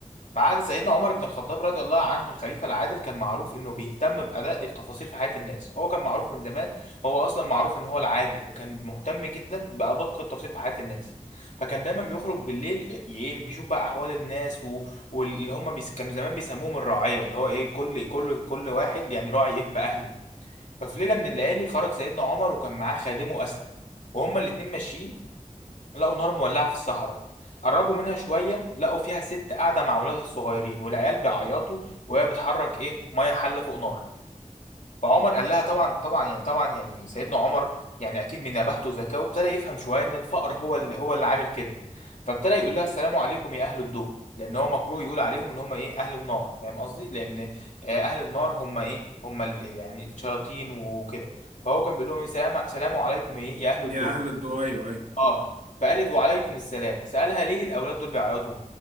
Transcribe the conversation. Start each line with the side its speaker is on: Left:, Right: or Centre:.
Left: فعاد سيدنا عمر بن الخطاب رضي الله عنه الخليفة العادل كان معروف انه بيهتم بأداء التفاصيل في حياة الناس هو كان معروف من زمان هو اصلا معروف ان هو العادل فكان مهتم جدا بأدق التفاصيل في حياة الناس فكان دايما بيخرج بالليل ي- ي- إيه، بيشوف بقى احوال الناس و... واللي هم بيس... كانوا زمان بيسموهم الرعية اللي هو ايه كل كل كل واحد يعني راعي ايه بأهله ففي ليلة من الليالي خرج سيدنا عمر وكان معاه خادمه أسلم وهما الاتنين ماشيين لقوا نار مولعة في الصحراء قربوا منها شوية لقوا فيها ست قاعدة مع ولادها الصغيرين والعيال بيعيطوا وهي بتحرك إيه مية حلة فوق نار فعمر قال لها طبعا طبعا يعني طبعا يعني سيدنا عمر يعني أكيد من نباهته وذكائه ابتدى يفهم شوية إن الفقر هو اللي هو اللي عامل كده فابتدى يقول لها السلام عليكم يا أهل الضوء لأن هو مكروه يقول عليهم إن هم إيه أهل النار فاهم قصدي؟ لأن آه، أهل النار هم إيه هم ال- يعني الشياطين وكده فهو كان بيقول لهم إيه، سلام سلام عليكم إيه يا أهل
Right: يا
Left: الضوء
Right: اهل الدو ايوه
Left: اه فقالت وعليكم السلام سألها ليه الأولاد دول بيعيطوا